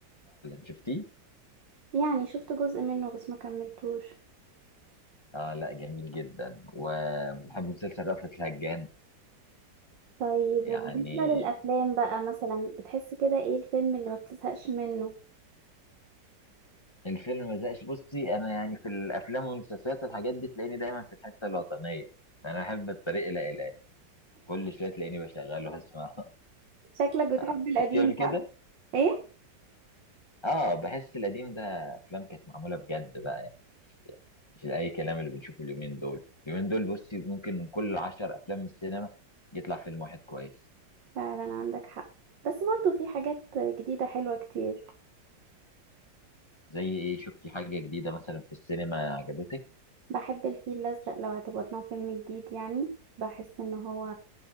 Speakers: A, on the left; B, on the right.
A: شفتيه
B: يعني شفت جزء منه بس ما كملتوش
A: اه لا جميل جدا وبحب مسلسل رأفت الهجان
B: طيب
A: يعني
B: وبالنسبة للأفلام بقى مثلا بتحس كده ايه الفيلم اللي ما بتزهقش منه
A: الفيلم ما زهقش بصي انا يعني في الافلام والمسلسلات والحاجات دي تلاقيني دايما في الحته الوطنيه انا احب الطريق الى اله كل شويه تلاقيني بشغله هسمع
B: شكلك بتحب
A: <laughs>
B: القديم
A: شفتيه قبل
B: بقى
A: كده
B: ايه
A: اه بحس القديم ده افلام كانت معموله بجد بقى يعني مش اي كلام اللي بنشوفه اليومين دول اليومين دول بصي ممكن من كل عشر افلام من السينما يطلع فيلم واحد كويس
B: فعلا عندك حق بس برضو في حاجات جديدة حلوة كتير
A: زي ايه شفتي حاجه جديده مثلا في السينما عجبتك
B: بحب الفيل الأزرق لو اعتبرناه فيلم جديد يعني بحس ان هو